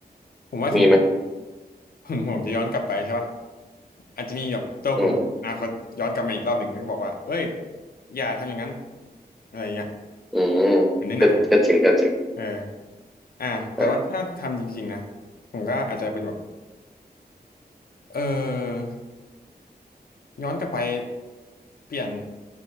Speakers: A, on the left; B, in the centre.
A: ผมว่าถึง
B: มีไหม
A: <laughs> ผมผมจะย้อนกลับไปใช่ปะอาจจะมีแบบตัวผมอนาคตย้อนกลับมาอีกรอบหนึ่งแล้วก็บอกว่าเอ้ย
B: อืม
A: อย่าทำอย่างนั้นอะไรเงี้ย
B: อืม
A: เหมือนในหนังนะ
B: ก็ก็จริงก็จริง
A: เอออ่ะแต่ว่าถ้าทำจริงๆนะ
B: อ่า
A: ผมก็อาจจะเป็นแบบเออย้อนกลับไปเปลี่ยน